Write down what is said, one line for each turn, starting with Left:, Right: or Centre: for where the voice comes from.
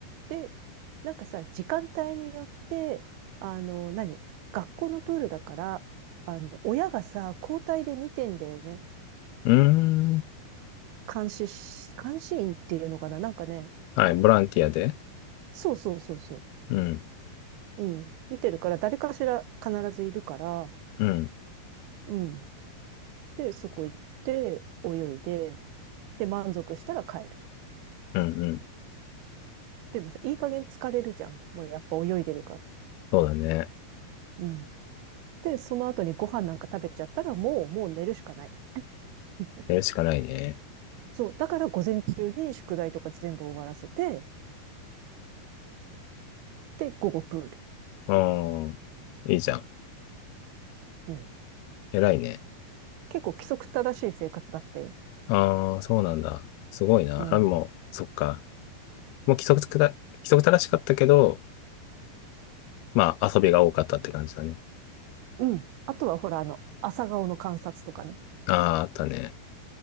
Right: で、なんかさ、時間帯によって、あの、何学校のプールだから、あの、親がさ、交代で見てんだよね。
Left: うん。
Right: 監視し、監視員っていうのかななんかね、
Left: はい、ボランティアで。
Right: そうそうそうそう。
Left: うん、
Right: うん。見てるから、誰かしら必ずいるから、
Left: うん、
Right: うん。で、そこ行って、泳いで、で、満足したら帰る。
Left: うん、うん。
Right: でもさ、いい加減疲れるじゃん。もうやっぱ泳いでるから。
Left: そうだね。
Right: うん。で、その後にご飯なんか食べちゃったら、もう、もう寝るしかない。<laughs>
Left: やるしかないね。
Right: そう。だから午前中に宿題とか全部終わらせて、で、午後プール。
Left: ああ、いいじゃん。
Right: うん。
Left: 偉いね。
Right: 結構規則正しい生活だったよ。
Left: ああ、そうなんだ。すごいな。
Right: うん。
Left: あ、もう、そっか。もう規則た、規則正しかったけど、まあ、遊びが多かったって感じだね。
Right: うん。あとはほら、あの、朝顔の観察とかね。
Left: ああ、あったね。